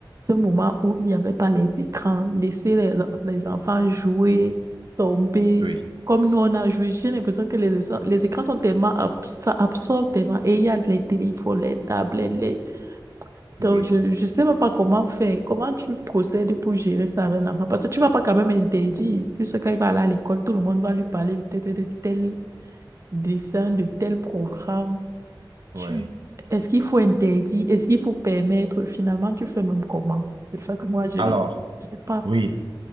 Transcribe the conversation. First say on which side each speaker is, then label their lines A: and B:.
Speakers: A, on the right; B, on the right.
A: ce moment où il n'y avait pas les écrans, laisser les, les enfants jouer, tomber,
B: oui,
A: comme nous on a joué. J'ai l'impression que les, les écrans sont tellement, abs- ça absorbe tellement. Et il y a les téléphones, les tablettes, les...
B: oui,
A: Donc, je ne sais même pas comment faire. Comment tu procèdes pour gérer ça avec l'enfant? Parce que tu ne vas pas quand même interdire. Puisque quand il va aller à l'école, tout le monde va lui parler peut-être de tel dessin, de tel programme. Tu...
B: oui.
A: Est-ce qu'il faut interdire? Est-ce qu'il faut permettre? Finalement, tu fais même comment? C'est ça que moi, je
B: alors,
A: ne sais pas.
B: oui.